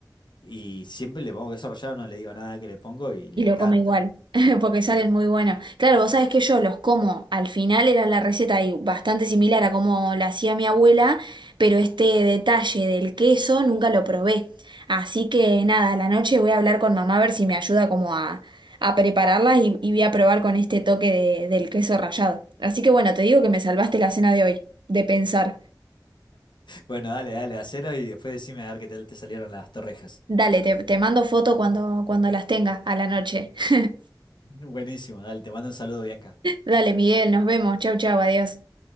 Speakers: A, on the left (about 75°); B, on the right (about 80°).
A: y siempre le pongo queso rallado, no le digo nada que le pongo y le
B: Y
A: encanta.
B: lo come igual, <laughs> porque salen
A: Sí. sí.
B: muy buenos. Claro, vos sabés que yo los como, al final era la receta y bastante similar a como la hacía mi abuela, pero este detalle del queso nunca lo probé. Así que nada, a la noche voy a hablar con mamá a ver si me ayuda como a, a prepararlas y, y voy a probar con este toque de- del queso rallado. Así que bueno, te digo que me salvaste la cena de hoy, de pensar.
A: Bueno, dale, dale, hacelo y después decime a ver qué tal te salieron las torrejas.
B: Dale, te, te mando foto cuando, cuando las tenga a la noche. <laughs>
A: Buenísimo, dale, te mando un saludo, Bianca.
B: Dale, Miguel, nos vemos. Chau, chau, adiós.